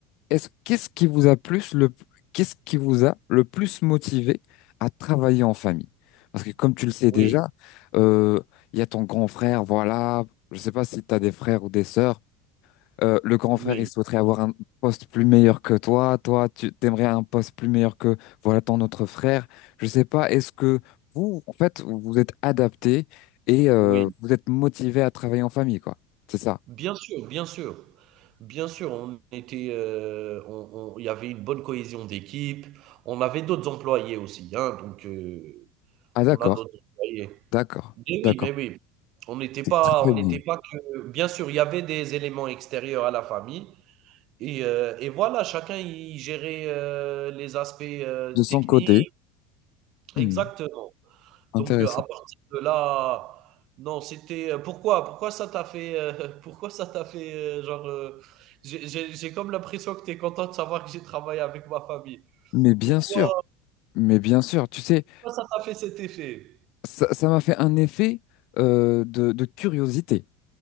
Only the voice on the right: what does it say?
oui,
oui,
oui.
Bien sûr, bien sûr. Bien sûr, on était, euh, on, on- il y avait une bonne cohésion d'équipe. On avait d'autres employés aussi, hein, donc euh,
on a d'autres employés.
Mais oui,
mais oui. On n'était pas,
on
n'était pas que. Bien sûr, il y avait des éléments extérieurs à la famille. Et, euh, et voilà, chacun y gérait euh, les aspects euh,
techniques.
Exactement.
Donc, euh, à partir de là, non, c'était euh, pourquoi, pourquoi ça t'a fait, euh, <laughs> pourquoi ça t'a fait, euh, genre, euh, j'ai- j'ai j'ai comme l'impression que tu es content de savoir que j'ai travaillé avec ma famille.
Pourquoi,
pourquoi ça t'a fait cet effet?